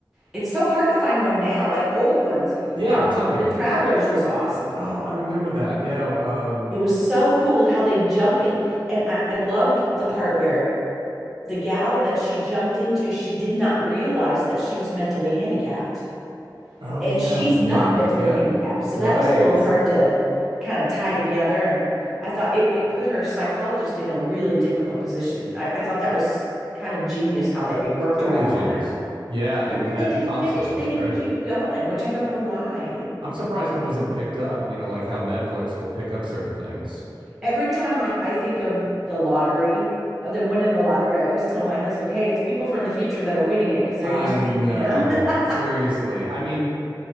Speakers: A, in the centre; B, on the right.
A: It's so hard to find one now, like old ones.
B: Yeah,
A: Now,
B: tell me.
A: The Travelers was awesome.
B: Oh, I remember that. Yeah. Um,
A: It was so cool how they jump in. And I, I loved the part where the gal that she jumped into, she did not realize that she was mentally handicapped.
B: oh
A: And
B: yeah,
A: she's not
B: yeah,
A: mentally
B: yeah.
A: handicapped. So
B: Right.
A: that was a little hard to kind of tie together. And I thought it, it put her psychologist in a really difficult position. I, I thought that was kind of genius how they worked
B: Totally
A: around
B: genius.
A: all
B: Yeah, and
A: But then
B: that
A: they didn't
B: the concept
A: finish, they
B: was great.
A: didn't keep it going, which I don't know why.
B: I'm surprised it wasn't picked up. You know, like how Netflix will pick up certain things.
A: Every time I, I think of the lottery, of them winning the lottery, I always tell my husband, hey, it's people from the future that are winning it because they're
B: I
A: using it,
B: know.
A: you know? <laughs>
B: Seriously. I mean,